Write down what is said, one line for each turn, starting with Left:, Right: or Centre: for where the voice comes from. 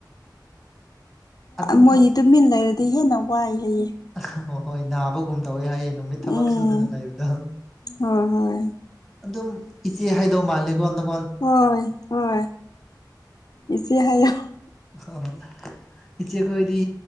Centre: ꯑꯗꯨꯝ
Left: ꯃꯣꯏꯁꯤ
Centre: ꯏꯆꯦ
Left: ꯇꯨꯃꯤꯟ ꯂꯩꯔꯗꯤ ꯍꯦꯟꯅ ꯋꯥꯏ ꯍꯥꯏꯌꯦ
Centre: ꯍ ꯍꯣꯏ ꯅꯥꯕꯒꯨꯝ ꯇꯧꯋꯤ ꯍꯥꯏꯌꯦ ꯅꯨꯃꯤꯠ ꯊꯕꯛ
Left: ꯎꯝ
Centre: ꯁꯨꯗꯅ ꯂꯩꯕꯗꯣ
Left: ꯍꯣꯏ ꯍꯣꯏ
Centre: ꯑꯗꯨꯝ ꯏꯆꯦ ꯍꯥꯏꯗꯧ ꯃꯥꯜꯂꯦꯀꯣ ꯑꯗꯨꯝ
Left: ꯍ ꯍ ꯏꯆꯦ ꯍꯥꯏꯌꯦ
Centre: ꯑ ꯏꯆꯦꯈꯣꯏꯗꯤ